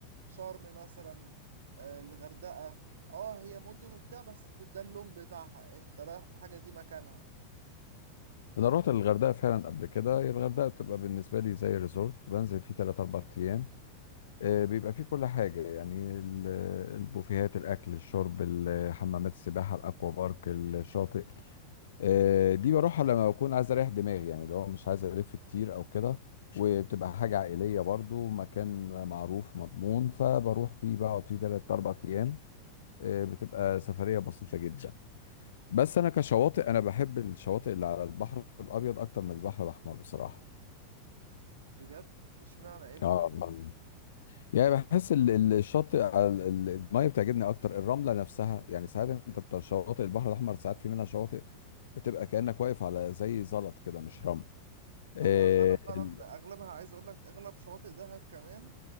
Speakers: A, on the right; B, on the left.
A: شرم مثلا آه، الغردقة اه هي مدن وبتاع بس ده ده اللون بتاعها انت رايح في حاجة دي مكانها
B: انا رحت الغردقة فعلا قبل كده هي الغردقة بتبقى بالنسبة لي زي ريزورت بنزل فيه 3 4 ايام آه، بيبقى فيه كل حاجة يعني ال- البوفيهات الاكل الشرب ال- حمامات السباحة الاكوا بارك الشاطئ آه، دي بروحها لما بكون عايز اريح دماغي يعني لو مش عايز الف كتير او كده وبتبقى حاجة عائلية برضو مكان معروف مضمون فبروح فيه بقعد فيه 3 4 ايام آه، بتبقى سفرية بسيطة جدا بس انا كشواطئ انا بحب الشواطئ اللي على البحر الابيض اكتر من البحر الاحمر بصراحة
A: بجد اشمعنى ايه الفرق
B: اه آه. يعني بحس ال- ال- الشاطئ على ال- ال- المية بتعجبني اكتر الرملة نفسها يعني ساعات انت بتاع شواطئ البحر الاحمر ساعات في منها شواطئ بتبقى كأنك واقف على زي زلط كده مش رمل اه
A: هو اغلبها فعلا
B: ال-
A: اغلبها عايز اقول لك اغلب شواطئ دهب كمان